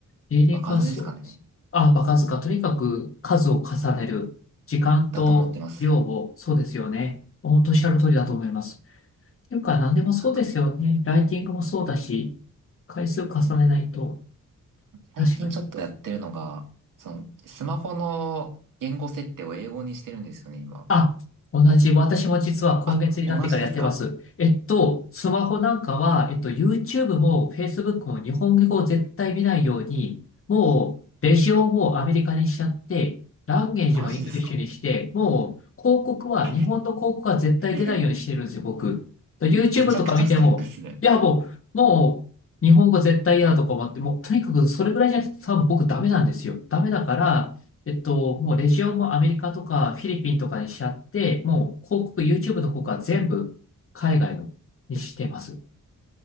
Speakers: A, on the left; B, on the right.
A: リーディングはそうです。
B: 場数ですかね。
A: あ、場数かとにかく数を重ねる。時間と量を、
B: だと思ってます。
A: そうですよね。本当おっしゃる通りだと思います。というか、何でもそうですよね。
B: なんか
A: ライティングもそうだし、回数重ねないと、
B: ね、最近ちょっとやってるのが、
A: 確かに。
B: その、スマホの言語設定を英語にしてるんですよね、今。
A: あ、同じ。私も実は今月になってからやってます。
B: あ、同じですか
A: えっと、スマホなんかは、えっと、YouTube も Facebook も日本語を絶対見ないように、もう、レジオをアメリカにしちゃって、ランゲージもイングリッシュにして、
B: マジですか
A: もう、広告は、
B: えめ、
A: 日本の広告は絶対出ないようにしてるんですよ、
B: <laughs>
A: 僕。YouTube
B: めちゃくちゃストイックですね。
A: とか見ても、いや、もう、もう、日本語絶対嫌だとか思って、もう、とにかくそれぐらいじゃなくて、多分僕ダメなんですよ。ダメだから、えっと、もうレジオもアメリカとかフィリピンとかにしちゃって、もう広告、YouTube の方から全部海外のにしてます。